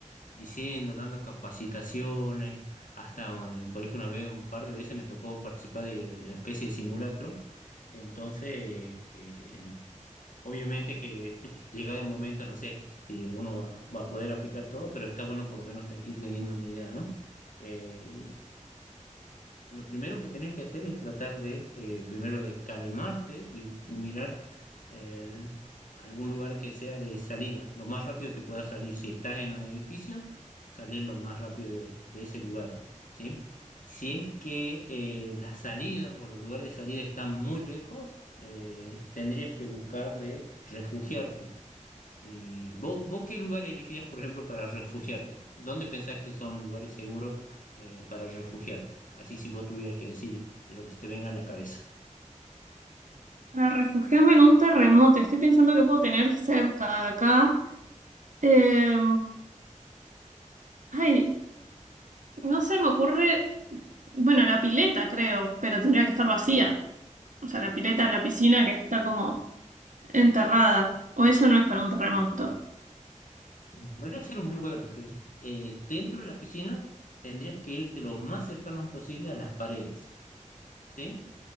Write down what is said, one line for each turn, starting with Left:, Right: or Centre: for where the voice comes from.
Left: diciendo, dando capacitaciones, hasta en el colegio una vez, un par de veces me tocó participar de una especie de simulacro, entonces, eh, obviamente que <laughs> llegado el momento, no sé si uno va, va a poder aplicar todo, pero está bueno por lo menos te- ir teniendo una idea, ¿no? Eh, lo primero que tenés que hacer es tratar de, eh, primero de calmarte y mirar el- algún lugar que sea de salida, lo más rápido que puedas salir. Si estás en un edificio, salir lo más rápido de, de ese lugar, ¿sí? Si es que eh, la salida o los lugares de salida están muy lejos, eh, tendrías que buscar de refugiarte. Eh, ¿vos, vos qué lugar elegirías, por ejemplo, para refugiarte? ¿Dónde pensás que son lugares seguros eh, para refugiarte? Así si vos tuvieras que decir de lo que se te venga a la cabeza.
Right: Para refugiarme en un terremoto, estoy pensando que puedo tener cerca acá. Eh, ay, no se me ocurre, bueno, la pileta creo, pero tendría que estar vacía. O sea, la pileta, la piscina que está como enterrada. O eso no es para un terremoto.
Left: Podría ser un buen lugar, pero eh, dentro de la piscina tendrías que irte lo más cercano posible a las paredes. ¿sí?